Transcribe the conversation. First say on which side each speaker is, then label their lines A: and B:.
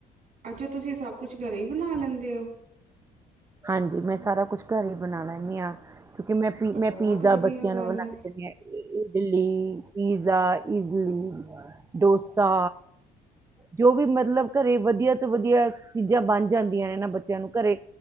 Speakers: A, on the right (about 50°); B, on the right (about 15°).
A: ਅੱਛਾ, ਤੁਸੀਂ ਸਭ ਕੁਛ ਘਰੇ ਹੀ ਬਣਾ ਲੈਂਦੇ ਹੋ?
B: ਹਾਂਜੀ, ਮੈਂ ਸਾਰਾ ਕੁਛ ਘਰੇ ਹੀ ਬਣਾ ਲੈਂਨੀ ਆਂ। ਕਿਉਂਕਿ ਮੈਂ ਪੀ,
A: ਤਾਂ
B: ਮੈਂ
A: ਬਹੁਤ
B: ਪੀਜ਼ਾ
A: ਵਧੀਆ
B: ਬੱਚਿਆਂ
A: ਗੱਲ
B: ਨੂੰ ਬਨਾਕੇ
A: ਹੈ
B: ਦਿੰਨੀ ਆ ਇਡਲੀ, ਪੀਜ਼ਾ, ਇਡਲੀ, ਡੋਸਾ ਜੋ ਵੀ ਮਤਲਬ ਘਰੇ, ਵਧੀਆ ਤੋਂ ਵਧੀਆ ਚੀਜ਼ਾਂ ਬਣ ਜਾਂਦੀਆਂ ਨੇ, ਇਹਨਾਂ ਬੱਚਿਆਂ ਨੂੰ ਘਰੇ